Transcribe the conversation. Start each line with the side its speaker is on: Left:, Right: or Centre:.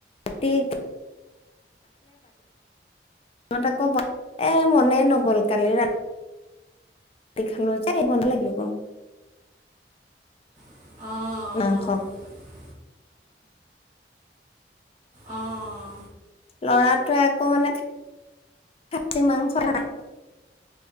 Left: তিক ত' আকৌ বা এ' মনেই নগ'ল কালি ৰাত খালো যে এই লাগিব।
Right: অঁহ',
Left: মাংস
Right: অঁহ। অঁহ।
Left: ল'ৰাটোৱে আকৌ মানে খাচী মাংস খাই।